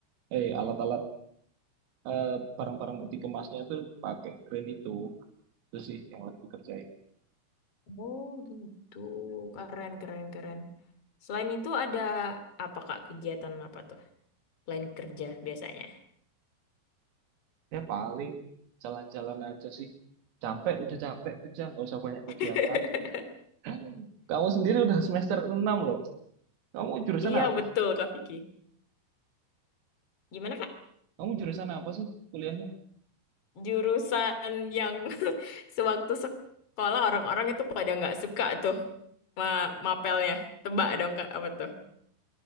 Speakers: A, on the right; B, on the left.
A: eh alat-alat eh, barang-barang peti kemasnya tuh pakai crane itu. Itu sih yang lagi kerjain.
B: Oh, gitu. Keren, keren, keren. Selain itu ada apa, Kak, kegiatan apa tuh? Selain kerja biasanya.
A: Ya paling jalan-jalan aja sih. Capek, udah capek kerja, nggak usah banyak kegiatan.
B: <laughs>
A: <clears throat> Kamu sendiri udah semester 6 loh. Kamu jurusan
B: Iya,
A: apa
B: betul,
A: sih?
B: Kak Vicky. Gimana, Kak?
A: Kamu jurusan apa sih kuliahnya?
B: Jurusan yang <laughs> sewaktu sekolah orang-orang itu pada nggak suka tuh ma mapelnya. Tebak dong, Kak, apa tuh?